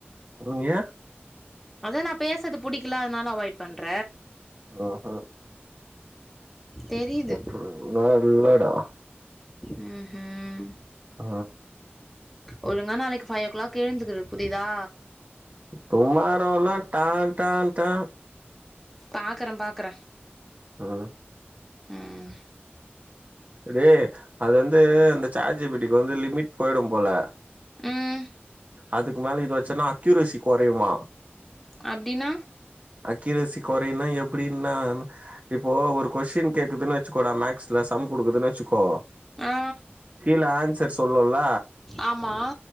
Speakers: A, on the right; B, in the centre.
A: ருன் யே
B: அதா நா பேசறது புடிக்கல அதனால அவாய்ட் பண்ற
A: ஹு ஹு
B: தெரியுது
A: அப்புல்லா இல்லடா
B: ஊம் ஊம்
A: ஆ
B: ஒழுங்கா நாளைக்கு ஃபைவ் ஓ கிளாக் எழுந்துக்குரு புரியுதா
A: டுமாரோல்லா டான் டான் டா
B: பாக்கற பாக்கற
A: ம்
B: ம்
A: டே அது வந்து இந்த சாட்ஜி பிடிக்கு வந்து லிமிட் போயிடும் போல
B: ம்
A: அதுக்கு மேல இதுவச்சுனா அக்யூரசி கொறையுமா
B: அப்டினா
A: அக்யூரசி கொறைன்னா எப்டின்னா இப்போ ஒரு கொஸின் கேக்குதுன்னு வெச்சுக்கோடா மேக்ஸ் ல சம் குடுக்குதுன்னு வெச்சுக்கோ
B: ஆ
A: கீழ ஆன்சர் சொல்லுல்ல
B: ஆமா